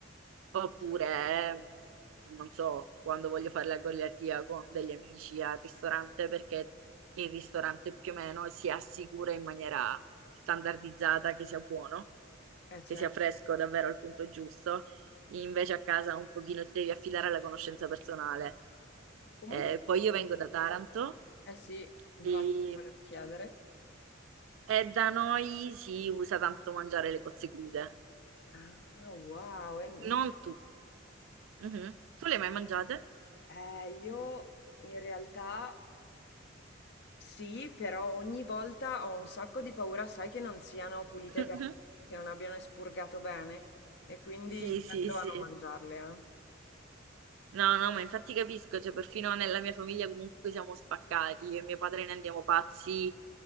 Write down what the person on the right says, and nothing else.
Oppure, mm, non so, quando voglio fare la goliardia con degli amici al ristorante, perché il ristorante più o meno si assicura in maniera standardizzata che sia buono,
che sia fresco davvero al punto giusto. Invece a casa un pochino ti devi affidare alla conoscenza personale.
Eh, poi io vengo da Taranto
e,
e da noi si usa tanto mangiare le cozze crude.
Non tu. Mhm. Tu le hai mai mangiate?
<laughs>
Sì,
sì, sì.
No, no, ma infatti capisco, cioè perfino nella mia famiglia comunque siamo spaccati, io e mio padre ne andiamo pazzi,